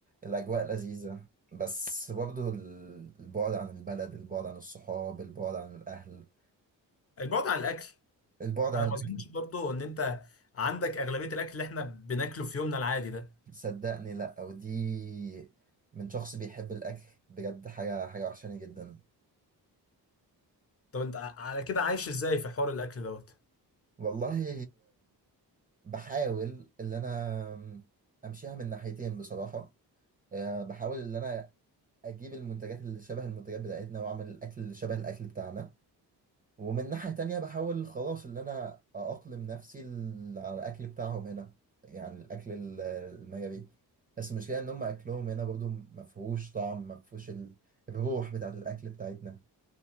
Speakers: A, on the right (about 20°); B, on the left (about 35°).
A: الأجواء لذيذة بس برضه ال- البعد عن البلد البعد عن الصحاب البعد عن الأهل
B: البعد عن الأكل
A: البعد عن
B: أنا ما
A: الأكل
B: أظنش برضه إن أنت عندك أغلبية الأكل اللي إحنا بناكله في يومنا العادي ده
A: صدقني لا ودي من شخص بيحب الاكل بجد حاجه حاجه وحشاني جدا
B: طب أنت ع- على كده عايش إزاي في حوار الأكل دوت؟
A: والله بحاول ان انا امشيها من ناحيتين بصراحه آه، بحاول ان انا اجيب المنتجات اللي شبه المنتجات بتاعتنا واعمل الاكل اللي شبه الاكل بتاعنا ومن ناحيه تانية بحاول خلاص ان انا اأقلم نفسي ال- على الاكل بتاعهم هنا يعني الاكل ال- المجري بس المشكله ان هم اكلهم هنا برضو مفهوش طعم مفهوش ال- الروح بتاعت الاكل بتاعتنا